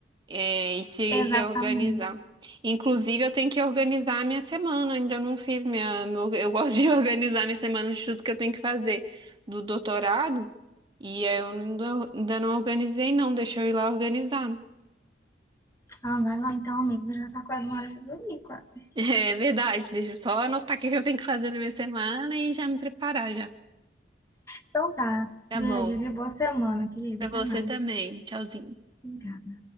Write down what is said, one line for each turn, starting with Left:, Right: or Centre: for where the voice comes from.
Right: É, e se
Left: exatamente.
Right: reorganizar. Inclusive, eu tenho que organizar a minha semana, ainda não fiz minha. meu- eu gosto <laughs> de organizar minha semana de tudo que eu tenho que fazer do doutorado, e aí eu ainda, ainda não organizei, não, deixa eu ir lá organizar.
Left: Ah, vai lá então, amigo. Já tá quase uma hora de dormir, quase.
Right: É verdade, deixa eu só anotar o que que eu tenho que fazer na minha semana e já me preparar já.
Left: Então tá.
Right: Tá
Left: Beijo,
Right: bom.
Left: viu? Boa semana, querida.
Right: Pra
Left: Até
Right: você
Left: mais.
Right: também. Tchauzinho.
Left: Obrigada.